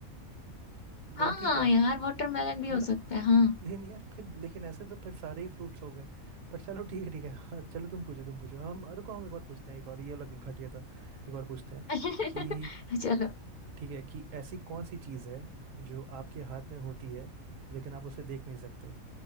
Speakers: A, on the right; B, on the left.
A: लेकिन
B: हाँ
A: ठीक
B: हाँ
A: है
B: यार वाटरमेलन भी हो
A: मतलब
B: सकता है हाँ
A: लेकिन यार फिर लेकिन ऐसे तो फिर सारे ही फ्रूट्स हो गए पर चलो ठीक है ठीक है हाँ, चलो तुम पूछो तुम पूछो हम अरे को हम एक और पूछते हैं एक और ये वाला घटिया था एक और पूछते हैं
B: <laughs>
A: कि
B: चलो
A: ठीक है कि ऐसी कौन सी चीज़ है जो आपके हाथ में होती है लेकिन आप उसे देख नहीं सकते